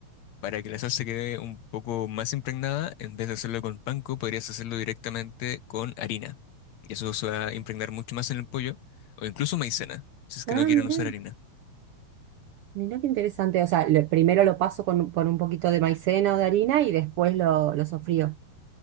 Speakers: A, on the left; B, on the right.
A: para que la salsa quede un poco más impregnada, en vez de hacerlo con panko, podrías hacerlo directamente con harina. Y eso se va a impregnar mucho más en el pollo, o incluso maicena, si es que
B: Ah,
A: no quieren
B: mira.
A: usar harina.
B: Mirá qué interesante. O sea, lo- primero lo paso con, un- por un poquito de maicena o de harina y después lo, lo sofrío